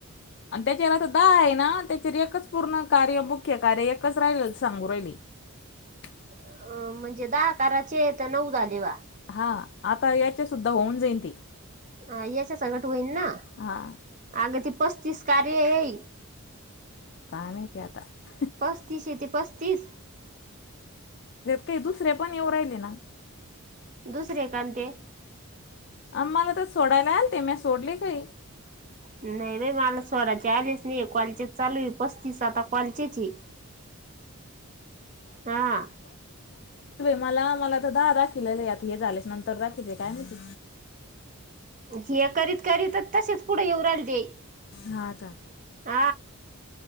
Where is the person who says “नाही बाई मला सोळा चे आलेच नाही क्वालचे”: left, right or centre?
Right